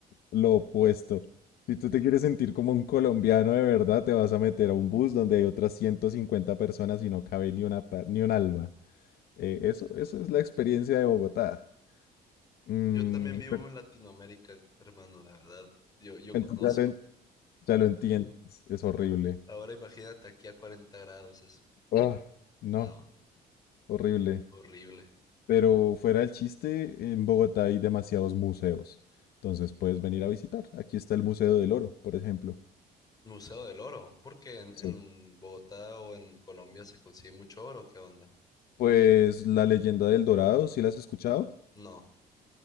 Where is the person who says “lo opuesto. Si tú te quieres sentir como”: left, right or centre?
Left